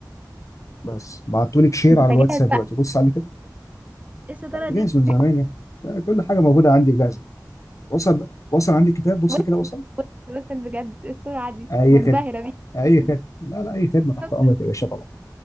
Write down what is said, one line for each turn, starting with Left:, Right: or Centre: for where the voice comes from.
Left: بس بعتهولك شير
Right: انت
Left: على الواتساب
Right: جاهز بقى
Left: دلوقتي بص عليه كده
Right: ايه الشطارة
Left: لا، جاهز
Right: دي
Left: من زمان يعني لا، كل حاجه موجوده عندي جاهزه وصل وصل عندي الكتاب بص
Right: وصل
Left: كده وصل
Right: وصل وصل بجد ايه السرعة دي
Left: اي
Right: منبهرة
Left: خدمه اي خدمه لا لا اي خدمه تحت
Right: بيك
Left: امرك يا باشا طبعا